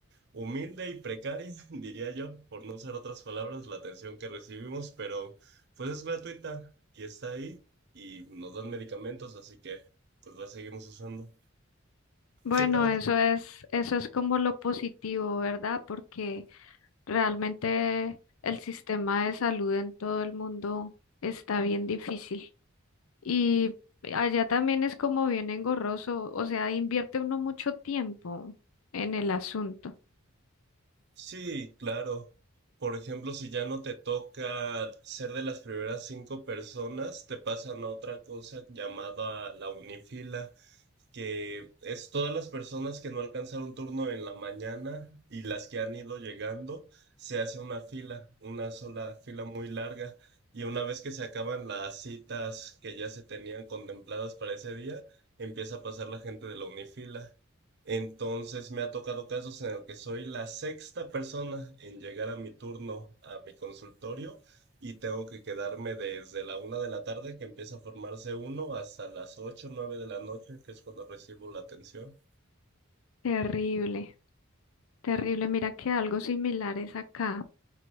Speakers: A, on the right; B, on the left.
A: humilde y precaria, <laughs> diría yo, por no usar otras palabras, la atención que recibimos, pero pues es gratuita y está ahí y nos dan medicamentos, así que pues la seguimos usando.
B: Bueno,
A: ¿Qué tal es?
B: eso es, eso es como lo positivo, ¿verdad? Porque realmente el sistema de salud en todo el mundo está bien difícil. Y allá también es como bien engorroso, o sea, invierte uno mucho tiempo en el asunto.
A: Sí, claro. Por ejemplo, si ya no te toca ser de las primeras cinco personas, te pasan a otra cosa llamada la unifila que es todas las personas que no alcanzaron turno en la mañana y las que han ido llegando, se hace una fila, una sola fila muy larga. Y una vez que se acaban las citas que ya se tenían contempladas para ese día, empieza a pasar la gente de la unifila. Entonces me ha tocado casos en el que soy la sexta persona en llegar a mi turno a mi consultorio y tengo que quedarme desde la una de la tarde, que empieza a formarse uno, hasta las ocho, nueve de la noche, que es cuando recibo la atención.
B: Terrible, terrible. Mira que algo similar es acá.